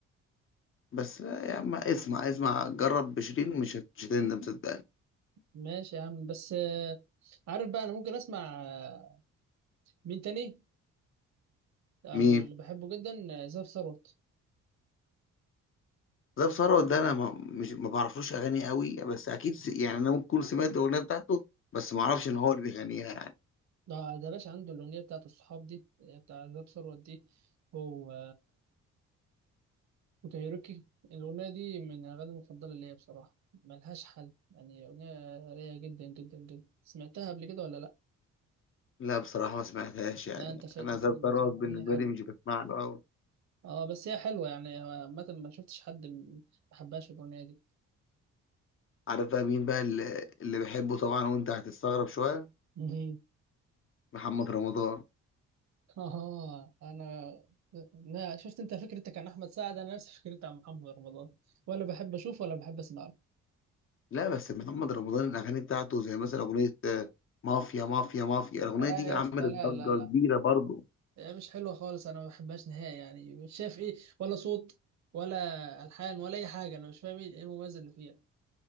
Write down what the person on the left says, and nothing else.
بس لا يا عم اسمع اسمع جرب بشيرين مش هت- مش هتندم صدقني
مين
ده ثروت ده انا ما مش ما بعرفلوش اغاني قوي بس اكيد س- يعني انا ممكن أكون سمعت الاغنيه بتاعته بس ما اعرفش ان هو اللي بيغنيها يعني
لا بصراحه ما سمعتهاش يعني
انا زاب
ثروت بالنسبه
لي مش بسمع له قوي
عارف بقى مين بقى اللي, اللي بحبه طبعا وانت هتستغرب شويه
محمد رمضان
لا بس محمد رمضان الاغاني بتاعته زي مثلا اغنيه آه، مافيا مافيا مافيا الاغنيه
دي
عملت
ضجه
كبيره برضه